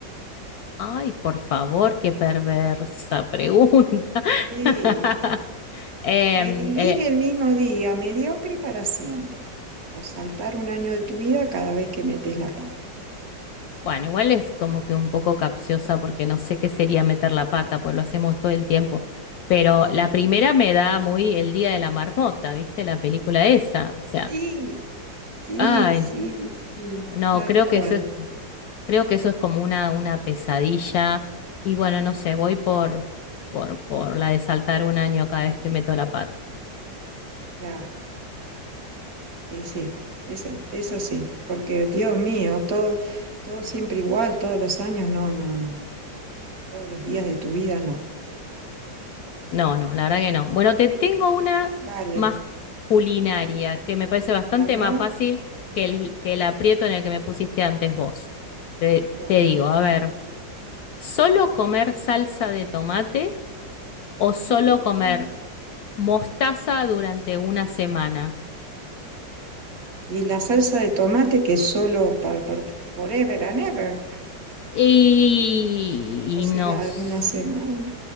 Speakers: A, on the left; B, on the right.
A: ay, por favor, qué perversa pregunta.
B: Eh,
A: <laughs> Em,
B: revivir
A: eh,
B: el mismo día, mediocre para siempre. O saltar un año de tu vida cada vez que metes la pata.
A: Bueno, igual es como que un poco capciosa porque no sé qué sería meter la pata, pues lo hacemos todo el tiempo. Pero
B: Sí,
A: la primera me da muy el día de la marmota, ¿viste? La película esa. O sea,
B: sí, sí,
A: ay,
B: sí, sí,
A: no,
B: tal
A: creo
B: cual.
A: que eso es, creo que eso es como una, una pesadilla. Y bueno, no sé, voy por, por, por la de saltar un año cada vez que meto la pata.
B: Claro, eh, sí, eso, eso sí, porque Dios mío, todo, todo siempre igual, todos los años, no, no, no. todos los días de tu vida, no.
A: No, no, la verdad que no. Bueno, te tengo una
B: Vale,
A: más culinaria, que me parece bastante
B: a ver,
A: más fácil que el, que el aprieto en el que me pusiste antes vos. Te,
B: bueno.
A: te digo, a ver, ¿solo comer salsa de tomate o solo
B: Mm.
A: comer mostaza durante una semana?
B: ¿Y la salsa de tomate que es solo para, forever and ever?
A: Y,
B: ¿O
A: y no,
B: será
A: s-
B: alguna semana?